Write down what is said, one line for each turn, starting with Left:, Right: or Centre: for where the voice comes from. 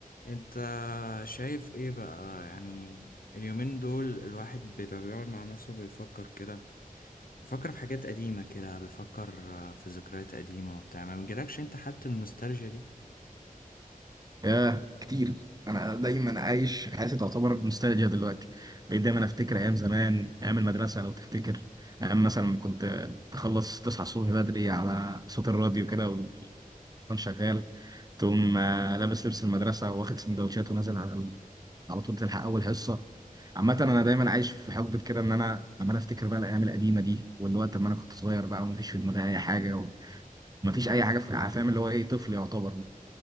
Left: انت شايف ايه بقى يعني اليومين دول الواحد بيبقى بيقعد مع نفسه بيفكر كده بيفكر في حاجات قديمة كده بيفكر آه، في ذكريات قديمة وبتاع ما بيجيلكش انت حالة النوستالجيا دي
Right: ياه كتير انا دايما عايش حياتي تعتبر نوستالجيا دلوقتي بقيت دايما افتكر ايام زمان ايام المدرسه لو تفتكر ايام مثلا لما كنت تخلص تصحى الصبح بدري على صوت الراديو كده والتليفون شغال تقوم آه، لابس لبس المدرسه واخد سندوتشات ونازل على ال... على طول تلحق اول حصه عامة أنا دايما عايش في حقبة كده إن أنا لما أنا أفتكر بقى الأيام القديمة دي واللي هو لما أنا كنت صغير بقى ومفيش في دماغي أي حاجة ومفيش أي حاجة في فاهم اللي هو إيه طفل يعتبر